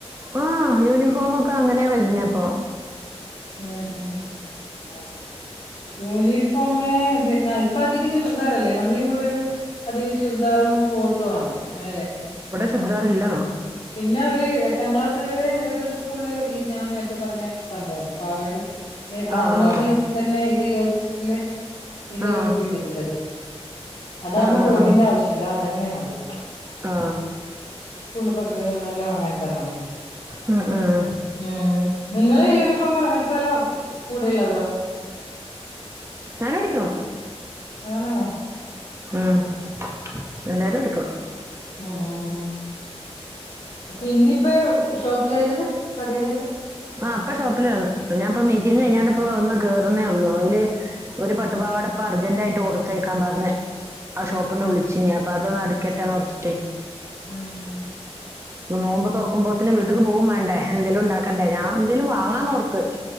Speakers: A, on the right; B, on the left.
A: ആ യൂണിഫോ ഫോമ് ഒക്കെ അങ്ങനെയ വരുന്നെ ഇപ്പൊ.
B: ഉം ഉം. <unintelligible> യൂണിഫോമ് പിന്നെ ഇപ്പ അധികം ചുരിദാറല്ലേ. നമ്മളിങ്ങോട്ടെല്ലാം അധികം ചുരിദാറും കോട്ടു ആണ് മേലെ.
A: ചുരിദാറില്ല ന
B: പിന്നെ ഒരു എട്ടാം ക്ലാസ് വരെ ഓരോരെ സ്കൂളില് ഈ ഞാൻ നേരത്തെ പറഞ്ഞ സംഭവംണ്ട് പാവാടിം ഏ
A: ആ
B: അതിനോട്
A: ആ
B: തന്നെ ഇത് യോജിച്ചിട്ടിള്ളെ ഇത്
A: ആ
B: ഇട്ടിട്ടുള്ളത്. അതാകുമ്പോ
A: ആ ആ
B: കോട്ടിന്റെ
A: ആ
B: ആവശ്യല്ല അതന്നെ മതി.
A: ആ.
B: പ എല്ലാം അങ്ങനെ തന്നെയ.
A: ഉം ഉം
B: ഉം നിങ്ങള് യൂണിഫോം അടിക്കല്ലോ കൂടെയുള്ളവരോ.
A: ഞാനും അടിക്കും.
B: ആണോ.
A: ഉം എല്ലാരും അടിക്കും.
B: അ ആ. അപ്പൊ ഇന്നിപ്പോ ഷോപ്പിലാള്ളത് കടേലല്ല.
A: അ ഇപ്പൊ ഷോപ്പിലാള്ളെ ഞാൻപ്പൊ മീറ്റിംഗ് കഴിഞ്ഞാണ്ട്
B: ആഹ്
A: ഇപ്പൊ ഒന്ന് കേറുന്നേ ഉള്ളൂ. അയില് ഒരു പട്ടുപാവാട ഇപ്പൊ അർജന്റ് ആയിട്ട് കൊടുത്തയ ക്കാൻ പറഞ്ഞ്. ആ
B: ഉം
A: ഷോപ്പ്ന്ന്
B: ഉം
A: വിളിച്ചീന് അപ്പൊ അതൊന്ന് അടിക്കട്ടെന്നോർത്തിട്ടേ
B: ഉം ഉ.
A: നോമ്പ് തുറക്കുമ്പോത്തിന് വീട്ടിക്ക് പോകും വേണ്ടേ എന്തേലും ഉണ്ടാക്കണ്ടേ ഞാൻ എന്തേലും വാങ്ങാന്ന്ഓർത്ത്.